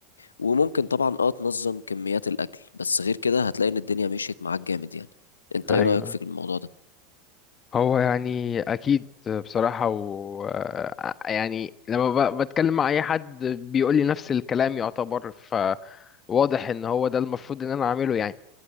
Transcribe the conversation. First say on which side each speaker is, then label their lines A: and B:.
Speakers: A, on the left (about 75°); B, on the left (about 25°).
A: وممكن طبعا اه تنظم كميات الأكل بس غير كده هتلاقي إن الدنيا مشيت معاك جامد يعني انت
B: ايوه
A: ايه رأيك في الموضوع ده
B: هو يعني اكيد بصراحة و آه، يعني لما ب- بتكلم مع اي حد بيقول لي نفس الكلام يعتبر فواضح ان هو ده المفروض ان انا اعمله يعني